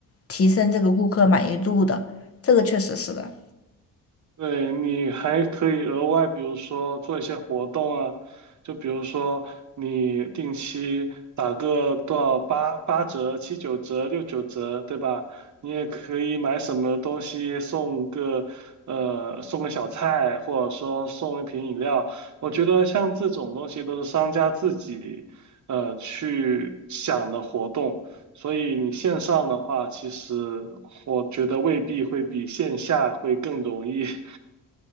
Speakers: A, on the left; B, on the right.
A: 提升这个顾客满意度的，这个确实是的。
B: 对，你还可以额外，比如说做一些活动啊，就比如说你定期打个多少八八折、七九折、六九折，对吧？你也可以买什么东西送个呃送个小菜，或者说送一瓶饮料。我觉得像这种东西都是商家自己呃去想的活动，所以你线上的话，其实我觉得未必会比线下会更容易。<laughs>